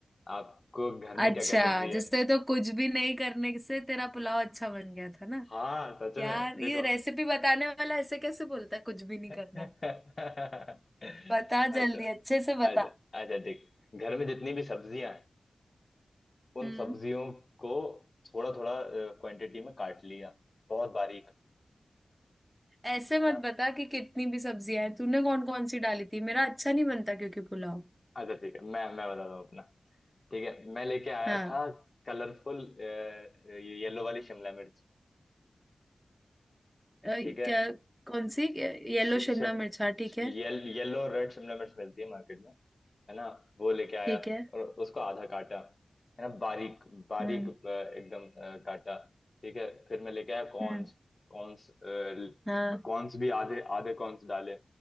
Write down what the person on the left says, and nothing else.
आपको घर में
क्या क्या सब्जी है
हाँ सच
में देखो
<laughs>
अच्छा
अच्छा
अच्छा ठीक घर में जितनी भी सब्जियां हैं उन
सब्जियों को थोड़ा थोड़ा क्वांटिटी में काट लिया बहुत बारीक
है
ना
अच्छा ठीक है मैं मैं बताता हूँ अपना ठीक है मैं लेके आया
था कलरफुल येलो वाली शिमला मिर्च
ठीक है
शि-
शिम-
शि-
येल, येलो रेड शिमला मिर्च मिलती है मार्केट में है ना वो लेके आया
और उसको आधा काटा है ना बारीक बारीक
अ, एकदम अ, काटा ठीक है फिर मैं लेके आया कॉर्न्स
कॉर्न्स अ,
कॉर्न्स भी आधे आधे कॉर्न्स डाले